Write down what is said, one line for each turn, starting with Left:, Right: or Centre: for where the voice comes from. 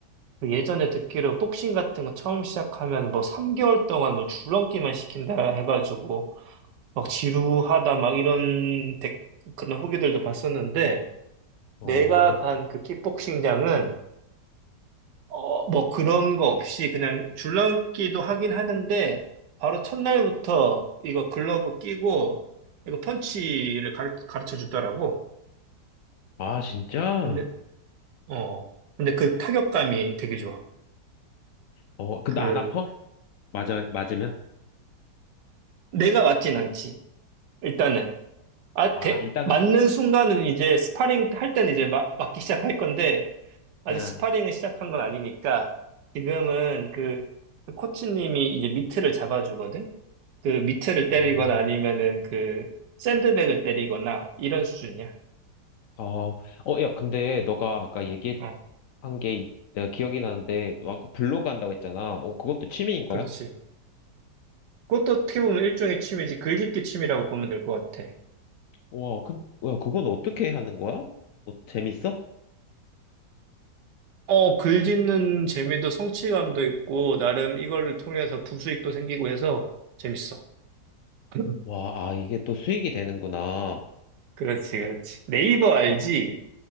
Right: 그 예전에 듣기로 복싱 같은 거 처음 시작하면 뭐 3개월 동안 뭐 줄넘기만 시킨다 해가지고, 막 지루하다, 막 이런 댓- 그런 후기들도 봤었는데,
Left: 어.
Right: 내가 간 그 킥복싱장은, 어, 뭐 그런 거 없이 그냥 줄넘기도 하긴 하는데, 바로 첫날부터 이거 글러브 끼고, 이거 펀치를 가르, 가르쳐 주더라고.
Left: 아 진짜?
Right: 근데, 어, 근데 그 타격감이 되게 좋아.
Left: 어. 근데
Right: 그,
Left: 안 아파? 맞아 맞으면?
Right: 내가 맞진 않지. 일단은. 아,
Left: 아
Right: 대-
Left: 일단은.
Right: 맞는 순간은 이제 스파링 할 때는 이제 막, 맞기 시작할 건데, 아직
Left: 응.
Right: 스파링을 시작한 건 아니니까 지금은 그, 그 코치님이 이제 미트를 잡아주거든? 그 미트를 때리거나
Left: 어.
Right: 아니면은 그 샌드백을 때리거나 이런 수준이야.
Left: 어. 어. 야 근데 너가 아까 얘기한
Right: 어,
Left: 게 내가 기억이 나는데 너 아까 블로그 한다고 했잖아. 어 그것도 취미인 거야?
Right: 그렇지. 그것도 어떻게 보면 일종의 취미지. 글짓기 취미라고 보면 될 것 같아.
Left: 와. 그. 야 그건 어떻게 하는 거야? 뭐 재밌어?
Right: 어, 글짓는 재미도 성취감도 있고 나름 이거를 통해서 부수익도 생기고 해서 재밌어. <laughs>
Left: 와, 아, 이게 또 수익이 되는구나.
Right: 그렇지, 그렇지. 네이버 알지?
Left: 어,